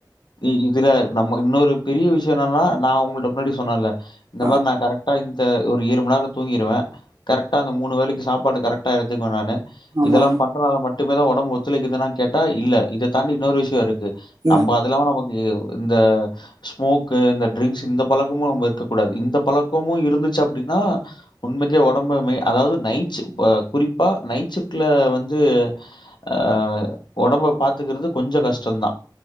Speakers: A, on the left; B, on the right.
A: இ இதுல நம்ம இன்னொரு பெரிய விஷயு என்னன்னா நா உங்கள்ட்ட முன்னாடி சொன்னல்ல இந்த
B: ஆ
A: மாரி நா கரக்ட்டா இன் டு ஒரு ஈர் மண் நேரோ தூங்கிருவே கரக்ட்டா அந்த மூணு வேலக்கி சாப்பாடு கரக்ட்டா எடுத்துக்குவே நானு
B: ஆமா
A: இதெல்லாம் பண்றனால மட்டுமே தா ஒடம்பு ஒத்துலைக்குதுன்னா கேட்டா இல்ல இத தாண்டி இன்னொரு விஷ்யு இரு உ
B: இல்ல
A: நம்ப் அதுல்லாம நமக்கிவ் இந்த ஸ்மோக்கு இந்த ட்ரிங்க்ஸ் இந்த பழக்கமும் நம்ம இருக்க கூடாது இந்த பழக்கமும் இருந்துச்சு அப்டின்னா உண்மைக்கே ஒடம்பு மே அதாவ்து நைட்ஷு வ குறிப்பா நைட் ஷிஷிஃப்ட்ல வந்த் து அ ஒடம்ப பாத்துக்குற்து கொஞ்ச கஷ்டொன்தா